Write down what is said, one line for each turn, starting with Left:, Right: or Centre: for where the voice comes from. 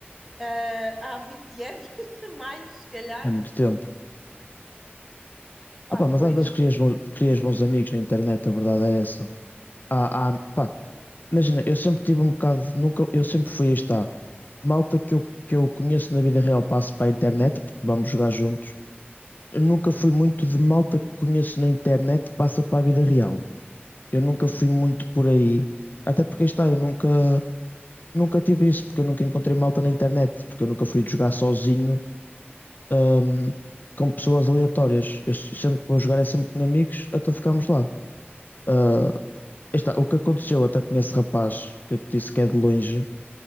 Centre: eh, há 20 anos, <laughs> mais, se calhar.
Left: É muito tempo.
Centre: Pá,
Left: Ah, pá, mas
Centre: pois,
Left: às vezes crias, bo- crias bons amigos na internet, a verdade é essa. Ah, ah, pá, imagina, eu sempre tive um bocado. de- Nunca, eu sempre fui, aí está. Malta que eu, que eu conheço na vida real passo para a internet, porque vamos jogar juntos. Eu nunca fui muito de malta que conheço na internet passa para a vida real. Eu nunca fui muito por aí. Até porque aí está, eu nunca. Nunca tive isso, porque eu nunca encontrei malta na internet, porque eu nunca fui jogar sozinho, ahm, com pessoas aleatórias. Eu se- sempre que vou jogar é sempre com amigos, até ficámos lá. Ah, está, o que aconteceu até com esse rapaz, que eu te disse que é de longe,